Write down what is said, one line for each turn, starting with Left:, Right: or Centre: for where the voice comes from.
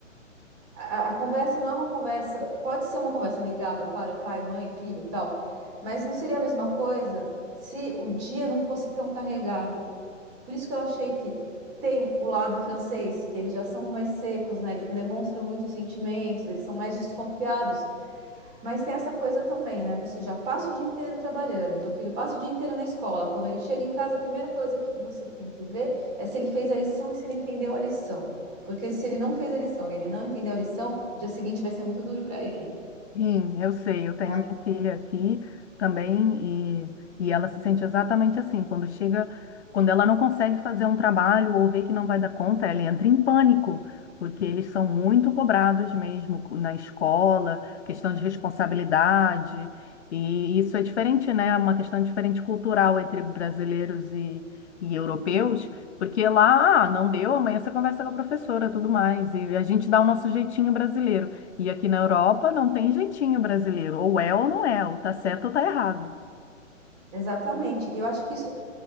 Right: a, a conversa não é uma conversa, pode ser uma conversa amigável, claro, é pai, mãe, filho, tal, mas não seria a mesma coisa se o dia não fosse tão carregado por isso que eu achei que tem o lado francês, que eles já são mais secos, né? Eles demonstram muitos sentimentos, eles são mais desconfiados. Mas tem essa coisa também, né? Você já passa o dia inteiro trabalhando, teu filho passa o dia inteiro na escola. Quando ele chega em casa, a primeira coisa que você tem que ver é se ele fez a lição e se ele entendeu a lição. Porque se ele não fez a lição e ele não entendeu a lição, o dia seguinte vai ser muito duro para ele,
Left: Sim, eu sei, eu tenho
Right: né?
Left: a minha filha aqui também e, e ela se sente exatamente assim, quando chega, quando ela não consegue fazer um trabalho ou vê que não vai dar conta, ela entra em pânico, porque eles são muito cobrados mesmo na escola, questão de responsabilidade, e isso é diferente, né? É uma questão diferente cultural entre brasileiros e, e europeus, porque lá, ah, não deu, amanhã você conversa com a professora, tudo mais, e a gente dá o nosso jeitinho brasileiro. E aqui na Europa não tem jeitinho brasileiro. Ou é ou não é, ou tá certo ou tá errado.
Right: Exatamente. E eu acho que isso